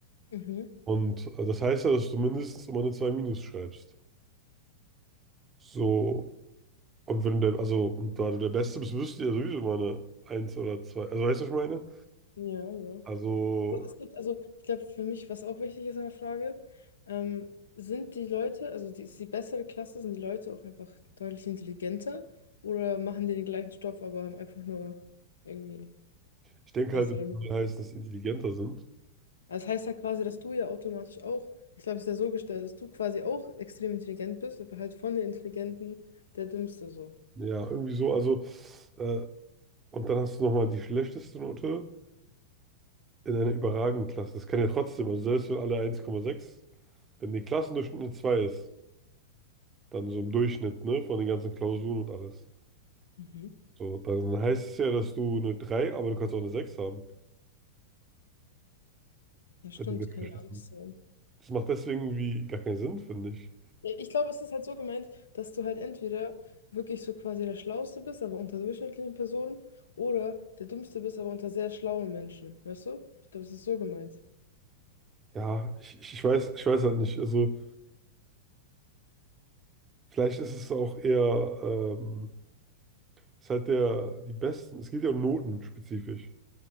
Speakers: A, on the left; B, on the right.
A: Mhm.
B: Und äh, das heißt ja, dass du mindestens immer eine 2 minus schreibst. So, und wenn der, also, und da du der Beste bist, wirst du ja sowieso immer eine eins oder 2. Also weißt du, was ich meine?
A: Ja, ja.
B: Also,
A: Also es gibt, also ich glaube für mich, was auch wichtig ist an der Frage, ähm, sind die Leute, also die, ist die bessere Klasse, sind die Leute auch einfach deutlich intelligenter oder machen die den gleichen Stoff, aber haben einfach nur irgendwie
B: ich denke
A: bessere
B: halt, das
A: Noten?
B: würde heißen, dass die intelligenter sind.
A: Also Das heißt ja quasi, dass du ja automatisch auch, ich glaube, es ist ja so gestellt, dass du quasi auch extrem intelligent bist, aber halt von den Intelligenten der Dümmste so.
B: Ja, irgendwie so. Also, äh, und dann hast du nochmal die schlechteste Note. in einer überragenden Klasse. Das kann ja trotzdem, also selbst wenn alle 1,6, wenn die Klassendurchschnitt eine 2 ist, dann so im Durchschnitt, ne, von den ganzen Klausuren und alles.
A: Mhm.
B: So, dann heißt es ja, dass du eine drei aber du kannst auch eine 6 haben,
A: Ja, stimmt,
B: wenn du nicht
A: kann
B: schlecht
A: ja alles
B: bist.
A: sein.
B: Das macht deswegen irgendwie gar keinen Sinn, finde ich.
A: Ja, Ich glaube, es ist halt so gemeint, dass du halt entweder wirklich so quasi der Schlauste bist, aber unter durchschnittlichen Personen, oder der Dümmste bist, aber unter sehr schlauen Menschen. Weißt du? Ich glaube, es ist so gemeint.
B: Ja, ich, ich ich weiß, ich weiß halt nicht. Also, vielleicht ist es auch eher, ähm, ist halt der, die besten, es geht ja um Noten spezifisch.